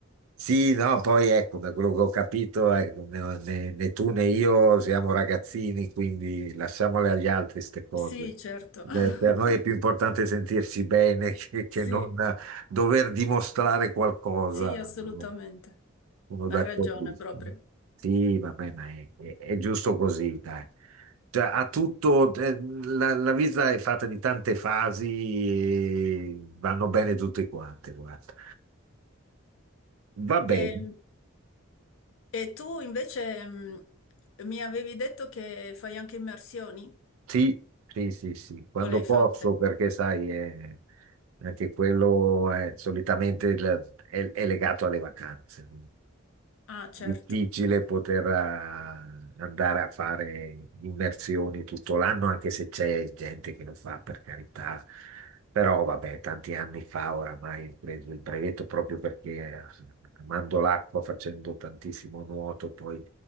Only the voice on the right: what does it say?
Sì, no, poi ecco, da quello che ho capito, ecco, ne- né, né tu né io siamo ragazzini, quindi lasciamole agli altri queste cose.
Beh,
per noi è più importante sentirci bene <laughs> che, che
non dover dimostrare qualcosa.
Eh, Sono
d'accordissimo.
Sì, va bene, è, è- è giusto così, dai. Cioè, ha tutto, eh, la, la vita è fatta di tante fasi, e vanno bene tutte quante, guarda. Va
bene.
Sì, sì, sì, sì, quando
posso,
perché sai, è- anche quello è solitamente il- è, è legato alle vacanze.
Difficile poter eh, andare a fare immersioni tutto l'anno, anche se c'è gente che lo fa, per carità. Però vabbè, tanti anni fa oramai ho preso il brevetto proprio perché eh, amando l'acqua, facendo tantissimo nuoto, poi